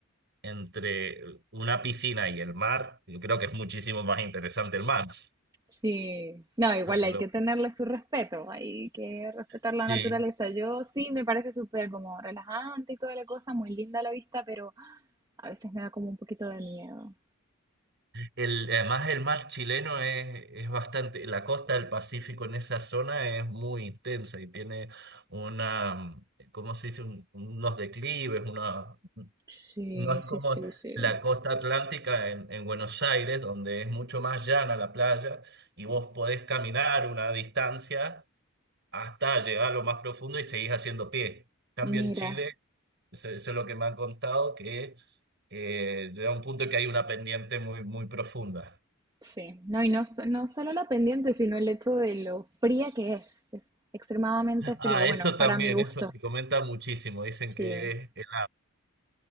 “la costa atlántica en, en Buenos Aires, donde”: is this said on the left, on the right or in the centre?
Right